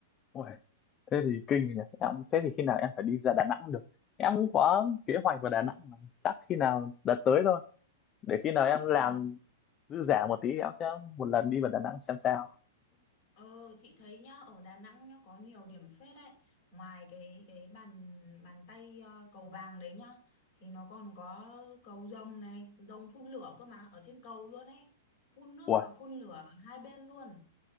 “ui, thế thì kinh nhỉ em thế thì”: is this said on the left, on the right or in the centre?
Left